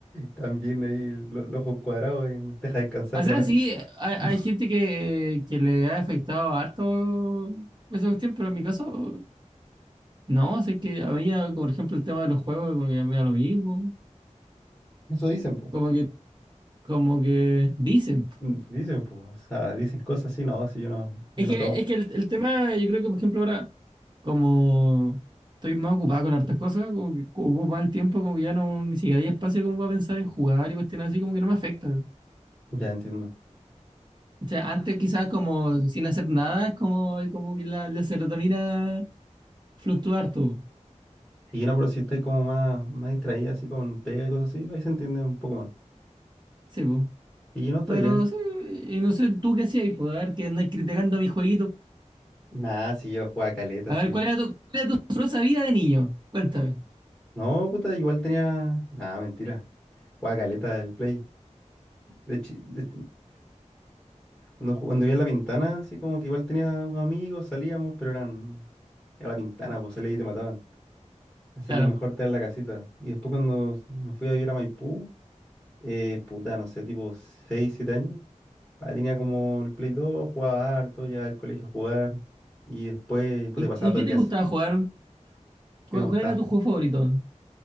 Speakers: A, in the centre; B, on the right.
A: También ahí el, el ojo cuadrado y no te deja descansar
B: O
A: la
B: sea,
A: weá.
B: sí, hay,
A: <laughs>
B: hay gente que, que le ha afectado harto esa cuestión, pero en mi caso No, sé que a mí, ya, por ejemplo, el tema de los juegos, como que a mí me da lo mismo.
A: Eso dicen, po.
B: Como que, como que dicen.
A: Mm, Dicen, po. O sea, dicen cosas así, no, si yo no, yo
B: Es
A: no
B: que,
A: tomo.
B: es que el, el tema, yo creo que, por ejemplo, ahora, como estoy más ocupado con hartas cosas, como que ocupo más el tiempo, como que ya no, ni siquiera hay espacio como para pensar en jugar y cuestiones así, como que no me afecta.
A: Ya entiendo.
B: O sea, antes quizás como sin hacer nada, es como, hay como que la, la serotonina fluctúa harto.
A: Y no, pero si estáis como más, más distraída, así con pega y cosas así, ahí se entiende un poco más.
B: Sí, pues.
A: Y no está
B: Pero
A: bien.
B: sí, y no sé, tú qué hacías, ahí? pues, a ver, que andáis criticando a mis jueguitos
A: Nada, si yo jugaba caleta,
B: A
A: sí.
B: ver, ¿cuál era tu, cuál era tu sabrosa vida de niño? Cuéntame.
A: No, puta, igual tenía. Nada, mentira. Jugaba caleta el play. De, chi- de- cuando, ju- cuando vivía en La Pintana, así como que igual tenía unos amigos, salíamos, pero eran. Era La Pintana, pues salías y te mataban. Así
B: Claro.
A: que mejor estar en la casita. Y después cuando s- me fui a vivir a Maipú, eh, puta, no sé, tipo 6 7 años. Ahí tenía como el Play 2 jugaba harto, ya al colegio a jugar. Y después, pues,
B: ¿Y,
A: te pasaba
B: y
A: todo
B: qué
A: el
B: te
A: día.
B: gustaba jugar?
A: Que
B: ¿Cuál,
A: me gustaba.
B: cuál era tu juego favorito?